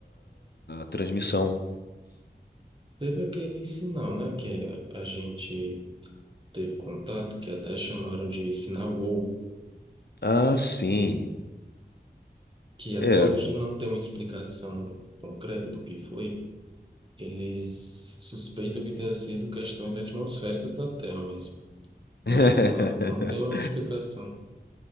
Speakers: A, on the left; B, on the right.
A: transmissão.
B: Teve aquele sinal, né, que a gente teve contato, que até chamaram de sinal WOW,
A: Ah, sim.
B: que até
A: É.
B: hoje não tem uma explicação concreta do que foi Eles suspeitam que tenha sido questões atmosféricas da Terra mesmo, mas
A: <laughs>
B: não, não tem uma explicação